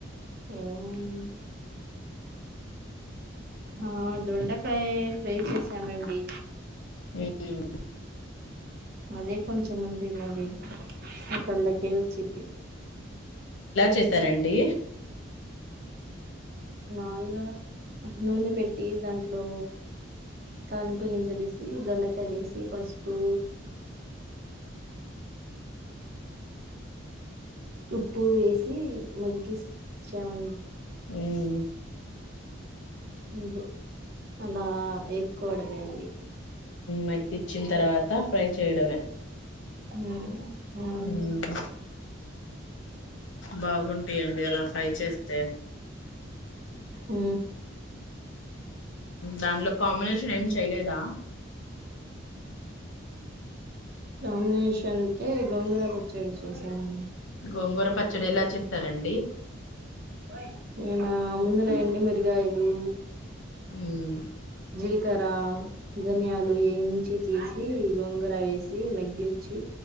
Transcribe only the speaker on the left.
ఏటి ఎమ్
చేసారండి
మ్మ్.
మగ్గిచ్చిన్ తర్వాత ఫ్రై చేయడమే
మ్మ్. బాగుంటాయండి అలా ఫ్రై చేస్తే
దానిలో కాంబినేషన్ ఏమి చేయలేదా
గోంగూర పచ్చడి ఎలా చేస్తారండి
ఉన్